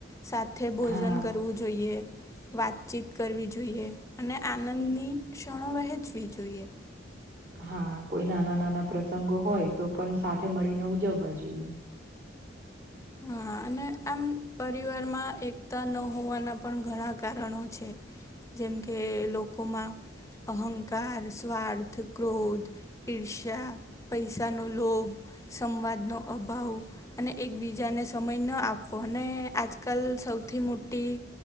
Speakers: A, on the left (about 15°); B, on the right (about 50°).
A: સાથે ભોજન
B: હા
A: કરવું જોઈએ, વાતચીત કરવી જોઈએ. અને આનંદની ક્ષણો વહેંચવી જોઈએ.
B: હા કોઈ નાના નાના પ્રસંગો હોય તો પણ સાથે મળીને ઉજવવા જોઈએ.
A: હા. અને આમ પરિવારમાં એકતા ન હોવાનાં પણ ઘણાં કારણો છે. જેમ કે લોકોમાં અહંકાર, સ્વાર્થ, ક્રોધ, ઈર્ષ્યા, પૈસાનો લોભ, સંવાદનો અભાવ અને એક બીજાને સમય ન આપવો અને આજકાલ સૌથી મોટી,